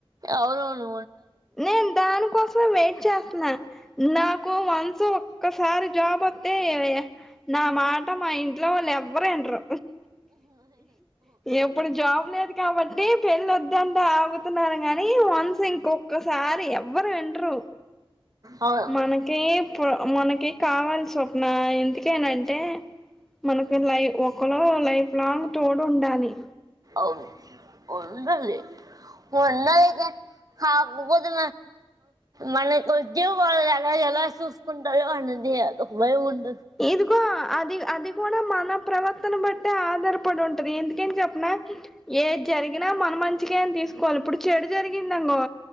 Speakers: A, on the right; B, in the centre.
A: అవునువును
B: నేను దానికోసం వెయిట్ చేస్తున్నా నాకు వన్స్ ఒక్కసారి జాబ్ వ ఎవయ్య నా మాట మా ఇ ఇట్లా వాళ్ళు ఎవరో ఏంట్రా ఎప్పుడు జాబ్ లేదు కాబట్టి పెళ్లి వద్దంట తున్నారు కాని వన్ సింగ్ కు ఒకక్కసారి ఎవ్వరు వింటేరు
A: అవును
B: మనకి ఇప్పుడు మనకి కావాలి స్వప్న ఎందుకేనంటే మనకు లై ఒక క్కలో లైఫ్ లాంగ్ తోడు ఉండాలి
A: వు ఉండది ఉండది కాకపోతే మన కొద్ వాళ్ళు ఎలా ఎలా చూసుకుంటారు వాన్నది అదొక అని బా
B: ఇదిగో అది అది కూడా మన ప్రవర్తన బట్టే ఆధారపడి ఉంటది ఎందుకని చెప్పిన ఏ జరిగినా మనం మంచిగా అని తీసుకోవాలి ఇప్పుడు చెడు జరిగిందంగో